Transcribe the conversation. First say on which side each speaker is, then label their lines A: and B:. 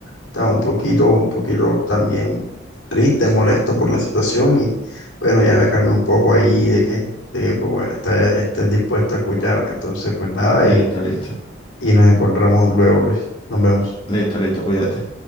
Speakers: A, on the left; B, on the left.
A: Estaba un poquito, un poquito también triste, molesto por la situación y bueno, ya me calmé un poco ahí de que, de que, pues bueno, está, esté dispuesto a escucharme. Entonces, pues nada,
B: Listo,
A: y,
B: listo,
A: y nos encontramos luego, Luis. Nos vemos.
B: listo, listo, cuídate.